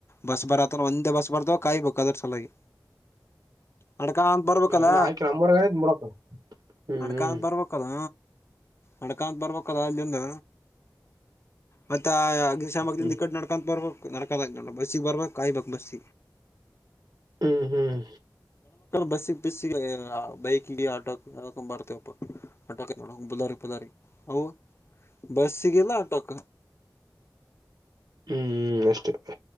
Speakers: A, on the left; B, on the right.
A: ಬಸ್ ಬರತರ. ಒಂದೇ ಬಸ್ ಬರ್ದ ಕಾಯ್ಬೇಕ ಅದ್ರ ಸಲುವಾಗಿ. ನೆಡ್ಕಾಂ ಅಂತ ಬರ್ಬೇಕಲ್ಲ
B: ಇನ್ನು ಆಕಿ ನಂಬರ್ ಹೇಳಿದ್ ಬಿಡಪ್ಪ ಹ್ಮ್
A: ನೆಡ್ಕಾಂ ಅಂತ ಬರ್ಬೇಕಲ್ಲ. ನೆಡ್ಕಾಂತ ಬರ್ಬೇಕದ ಅಲ್ಲಿಂದ. ಮತ್ತೆ ಆ ಅ ಅಗ್ನಿಶಾಮಕ
B: ಹ್ಮ್
A: ನಿಕಟ್ ನಡ್ಕೊ ಬರ್ಬೇಕು. ನಡಕದಾಗ ನೋ ಬಸ್ಸಿಗೆ ಬರ್ಬೇಕ್ ಕಾಯ್ಬೇಕ ಬಸ್ಸಿಗೆ.
B: ಹ್ಮ್ ಹ್ಮ್
A: ಬಸ್ಸ ಬಿಸಿಗೆ ಬೈಕ್ ಆಟೋಕೊಂಡ್ ಬರ್ತೇವಪ್ಪ ಆಟೋಕ ನೋಡ ಬುಲಾರಿ ಬುಲಾರಿ. ಹೌ ಬಸ್ಗೆಲ್ಲ ಆಟೋಕ.
B: ಹ್ಮ್ ಅಷ್ಟೇ